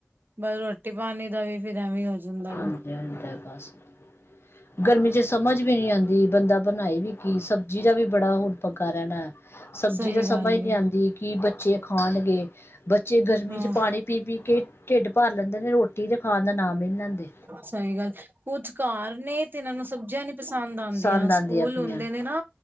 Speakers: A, on the right (about 55°); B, on the left (about 80°).
A: ਬਸ ਰੋਟੀ ਪਾਣੀ ਦਾ ਵੀ ਫਿਰ ਐਵੇਂ ਜਾਂਦਾ ਵੇ
B: ਹਾਂਜੀ ਹਾਂਜੀ ਗਰਮੀ ਚ ਸਮਝ ਵੀ ਨੀ ਆਉਂਦੀ ਬੰਦਾ ਬਣਾਈ ਵੀ ਕੀ ਸਬਜ਼ੀ ਦਾ ਵੀ ਬੜਾ ਪੰਗਾ ਰਹਿਣਾ ਸਬਜ਼ੀ
A: ਸਹੀ
B: ਤਾਂ
A: ਗੱਲ
B: ਸਮਝ
A: ਏ
B: ਨੀ ਆਉਂਦੀ ਕਿ ਬੱਚੇ ਖਾਣਗੇ ਬੱਚੇ ਗਰਮੀ
A: ਹਾਂ
B: ਚ ਪਾਣੀ ਪੀ ਪੀ ਕੇ ਢਿੱਡ ਭਰ ਲੈਂਦੇ ਇਹ ਨੇ ਰੋਟੀ ਤੇ ਖਾਣ ਦਾ ਨਾਮ ਹੀ ਲੈਂਦੇ
A: ਸਹੀ ਗੱਲ ਕੁੱਝ ਕਾਰ ਨੇ ਤੇ ਇਹਨਾਂ ਨੂੰ ਸਬਜ਼ੀਆਂ ਨੀ ਪਸੰਦ ਆਉਂਦੀਆਂ
B: ਪਸੰਦ ਆਉਂਦੀ
A: ਸਕੂਲ
B: ਆਪਣੀਆਂ
A: ਹੁੰਦੇ ਨੇ ਨਾ